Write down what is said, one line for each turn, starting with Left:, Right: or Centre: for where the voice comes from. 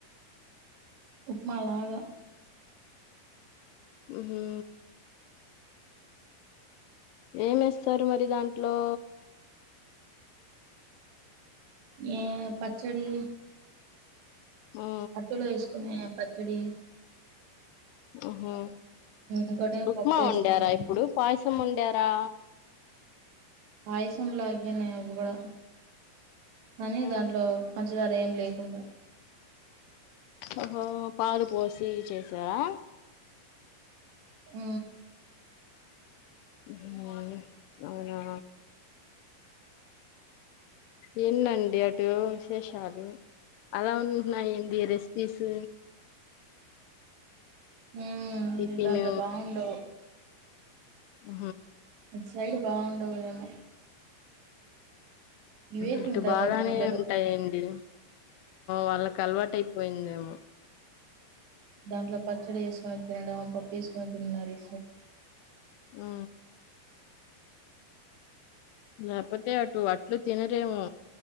Right: ఉప్మా లాగా
Left: ఉహూ ఏం ఎస్తారు మరి దాంట్లో
Right: ఏ పచ్చడి
Left: ఆ
Right: అట్టలు వేసుకునే ప చ్చడి
Left: అహా
Right: ఇంకోటేమో
Left: ఉప్మా
Right: పప్పు వేస్తారు
Left: వండారా
Right: దాంట్లో
Left: ఇప్పుడు పాయసం వండారా
Right: పాయసం లాగేనే అవి కూడా కానీ
Left: ఉహు
Right: దాంట్లో పంచదార ఏం లేకుండా
Left: ఓహో పాలు పోసి చేసారా
Right: ఆ
Left: ఉహూ అవునా ఏంటండి అటు విశేషాలు అలా ఉంటున్నాయి ఏంది రెసిపీస్
Right: హ
Left: టిఫిన్
Right: ఇటంత బాగుండవు
Left: ఉ
Right: ఇట్ సైడ్ బాగున్ ఏమో ఇవే
Left: ఇటు
Right: తింటారేమో
Left: బాగానే
Right: అందరూ
Left: ఉంటాయండి వాళ్ళకి అలవాటు అయిపో పోయిందేమో
Right: దాంట్లో పచ్చడి వేసుకొని తినండివ పప్పు వేసుకొని తిన్నారు ఇ
Left: ఆ లేకపోతే అటు అట్లు తినరేమో